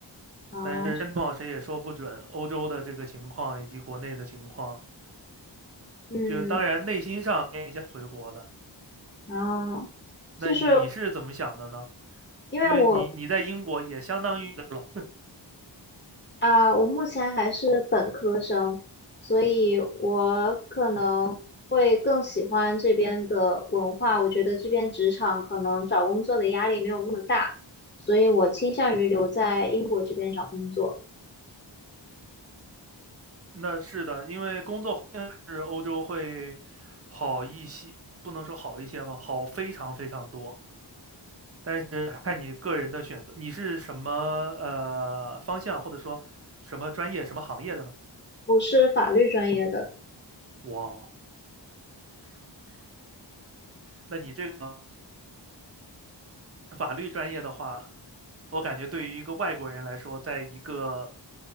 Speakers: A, on the left; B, on the right.
A: 呢？啊。
B: 但是情况谁也说不准，欧洲的这个情况以及国内的情况，
A: 嗯，
B: 就当然内心上也想回国的。
A: 啊，
B: 那你是怎么想的呢？
A: 就是因为我
B: 因为你你在英国也相当于老
A: 啊、我目前还是本科生，所以我可能会更喜欢这边的文化。我觉得这边职场可能找工作的压力没有那么大，所以我倾向于留在英国这边找工作。
B: 那是的，因为工作环境是欧洲会好一些，不能说好一些吧，好非常非常多。但是看你个人的选择，你是什么呃方向，或者说什么专业、什么行业的呢？
A: 我是法律专业的，
B: 哇哦，那你这个法律专业的话，我感觉对于一个外国人来说，在一个